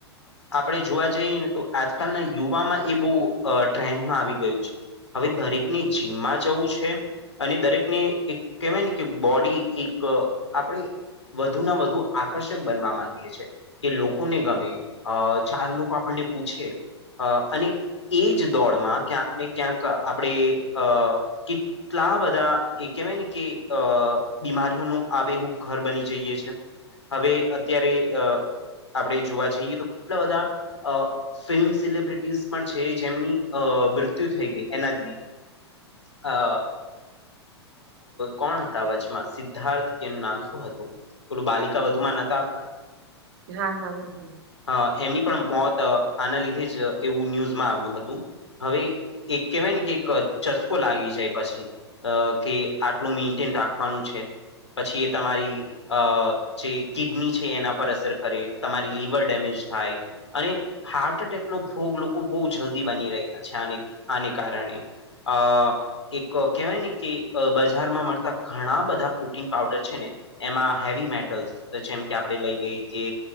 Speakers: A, on the left; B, on the right.
A: આપણે જોવા જઈએ ને તો આજકાલના યુવામાં એ બહુ અ ટ્રેન્ડમાં આવી ગયું છે હવે દરેકની જીમમાં જવું છે અને દરેકને એક કહેવાય ને કે બોડી એક આપણે વધુ ના વધુ આકર્ષણ બનવા માંગે છે કે લોકોને ગમે ચાર લોકો આપણને પૂછે અ અને એ જ દોડમાં ક્યાંક ને ક્યાંક આપણે અ એટલા બધા એ કહેવાય ને કે અ બીમારીઓનું આ બેેહૂબ ઘર બની જઈએ છે હવે અત્યારે અ આપણે જોવા જઈએ તો કેટલા બધા અ ફિલ્મ સેલિબ્રિટીઝ પણ છે જેમની અ મૃત્યુ થઈ ગઈ એનાથી અ કોણ હતા વચમાં સિદ્ધાર્થ એનું નામ શું હતું પેલું બાલિકા વધુ <unintelligible>
B: હા હા હા હા
A: અ એમની પણ મોત આના લીધે જ એવું ન્યૂઝમાં આવ્યું હતું હવે એક કેહેવાય ને કે એક ચસ્કો લાગી જાય પછી અ કે આટલું મેન્ટેન રાખવાનું છે પછી એ તમારી અ પછી કિડની છે એના પર અસર કરે તમારી લિવર ડેમેજ થાય અને હાર્ટ એટેકનો ભોગ લોકો બહુ જલ્દી બની રહ્યા છે આ આને કારણે અ એક કેહેવાય ને કે અ બજારમાં મળતા ઘણા બધા પ્રોટીન પાવડર છે ને એમાં હેવી મેટલ્સ જેમ કે આપણે લઈ લઈ કે